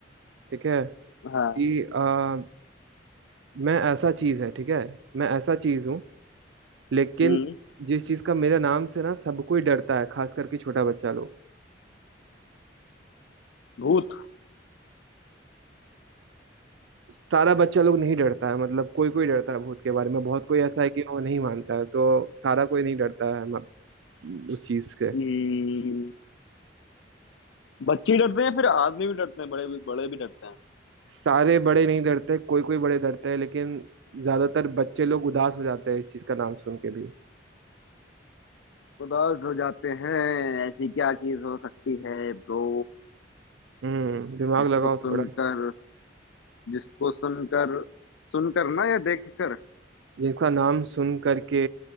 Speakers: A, on the right; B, on the left.
A: ठीक है कि
B: हाँ
A: आ, मैं ऐसा चीज है ठीक है मैं ऐसा चीज हूँ लेकिन
B: हम्म,
A: जिस चीज का मेरे नाम से ना सब कोई डरता है खास करके छोटा बच्चा लोग
B: भूत
A: सारा बच्चा लोग नहीं डरता है मतलब कोई कोई डरता है भूत के बारे में बहुत कोई ऐसा है कि वो नहीं मानता है तो सारा कोई नहीं डरता है म- उस चीज के
B: हम्म, बच्चे डरते हैं फिर आदमी भी डरते हैं बड़े भी बड़े भी डरते हैं
A: सारे बड़े नहीं डरते कोई कोई बड़े डरते हैं लेकिन ज्यादातर बच्चे लोग उदास हो जाते हैं इस चीज का नाम सुन के भी
B: उदास हो जाते हैं ऐसी क्या चीज हो सकती है ब्रो
A: हम्म दिमाग
B: जिसको
A: लगाओ
B: सुनकर
A: थोड़ा
B: जिसको सुनकर सुनकर ना या देखकर
A: जिसका नाम सुन करके